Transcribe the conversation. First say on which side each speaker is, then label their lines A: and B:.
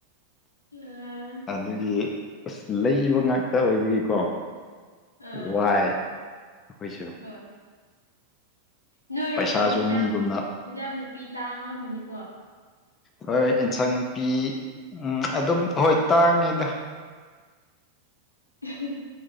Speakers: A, on the left (about 80°); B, on the left (about 25°).
A: ꯑꯥ
B: ꯑꯗꯨꯒꯤ ꯑꯁ ꯂꯩꯕ ꯉꯥꯛꯇ ꯑꯣꯏꯕꯒꯤꯀꯣ
A: ꯑꯥ
B: ꯋꯥꯏ ꯑꯩꯈꯣꯏꯁꯨ
A: ꯍꯣꯏ ꯅꯣꯏꯔꯣꯝꯗꯗꯤ
B: ꯄꯩꯁꯥꯁꯨ
A: ꯏꯟꯁꯥꯡ
B: ꯃꯤꯒꯨꯝꯅ
A: ꯏꯟꯁꯥꯡ ꯅꯥꯄꯤ ꯇꯥꯡ ꯉꯝꯃꯅꯤꯀꯣ
B: ꯍꯣꯏ ꯑꯦꯟꯁꯥꯡ ꯅꯥꯄꯤ ꯎꯝ ꯑꯗꯨꯝ ꯍꯣꯏ ꯇꯥꯡꯉꯤꯗ
A: <unintelligible>